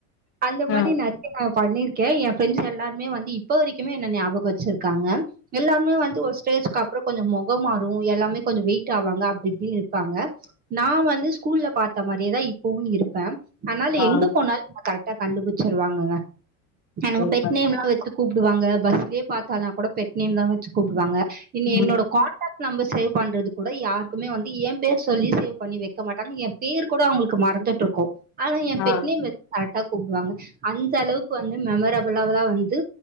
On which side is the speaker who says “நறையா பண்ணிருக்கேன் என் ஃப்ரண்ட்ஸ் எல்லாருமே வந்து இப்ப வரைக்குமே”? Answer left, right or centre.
Right